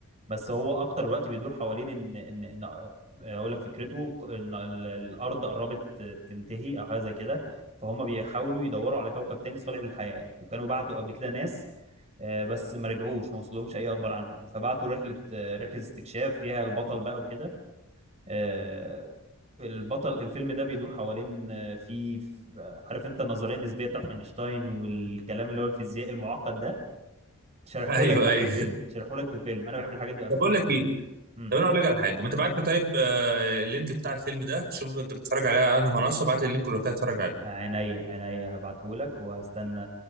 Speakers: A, on the right (about 30°); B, on the right (about 45°).
A: بس هو أكتر الوقت بيدور حوالين إن إن إن أقول لك فكرته إن ال- الأرض قربت تنتهي أو حاجة زي كده فهم بيحاولوا يدوروا على كوكب تاني صالح للحياة وكانوا بعتوا قبل كده ناس آه، بس ما رجعوش ما وصلهمش أي أخبار عنهم فبعتوا رحلة رحله استكشاف فيها البطل بقى وكده آه، البطل الفيلم ده بيدور حوالين آه، في في- عارف انت النظريه النسبيه بتاعت اينشتاين والكلام اللي هو الفيزياء المعقد ده شارحهولك
B: <laughs> ايوه
A: بقى
B: ايوه
A: في الفيلم شارحهولك في الفيلم انا بحب الحاجات دي اصلا
B: طب اقول لك
A: شارحهولك
B: ايه
A: في الفيلم امم
B: طب انا اقول لك على حاجه ما تبعت لي طيب آه، اللينك بتاع الفيلم ده شوف انت بتتفرج عليه على انهي منصه ابعت لي اللينك ولو كده اتفرج عليه
A: عينيا عينيا هبعتهولك وهستنى